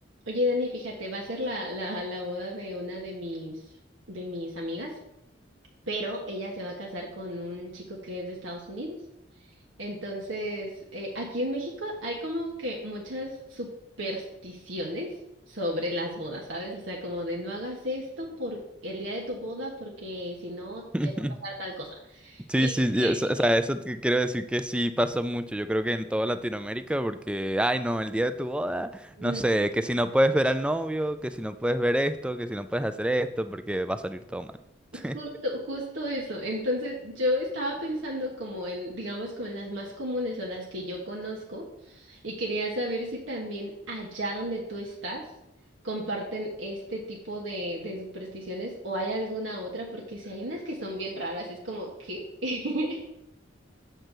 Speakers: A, on the right; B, in the centre.
A: Oye, Dani, fíjate, va a ser la, la, la boda de una de mis, de mis amigas, pero ella se va a casar con un chico que es de Estados Unidos. Entonces, eh, aquí en México hay como que muchas supersticiones sobre las bodas, ¿sabes? O sea, como de no hagas esto por el día de tu boda porque si no
B: <laughs>
A: te va a pasar tal cosa.
B: Sí,
A: Y
B: sí, sí,
A: <clears throat>
B: eso- o sea, eso te quiero decir que sí pasa mucho, yo creo que en toda Latinoamérica, porque, ay no, el día de tu boda,
A: <laughs>
B: no sé, que si no puedes ver al novio, que si no puedes ver esto, que si no puedes hacer esto, porque va a salir todo mal. <laughs>
A: Justo, justo eso. Entonces, yo estaba pensando como en, digamos, como en las más comunes o las que yo conozco y quería saber si también allá donde tú estás comparten este tipo de, de supersticiones o hay alguna otra, porque si hay unas que son bien raras, es como, ¿qué? <laughs>